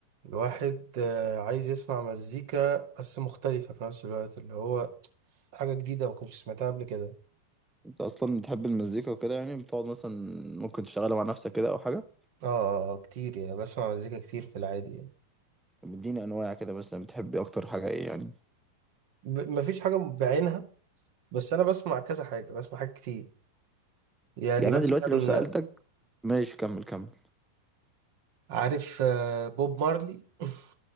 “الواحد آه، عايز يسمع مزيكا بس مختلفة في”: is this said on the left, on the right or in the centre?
Right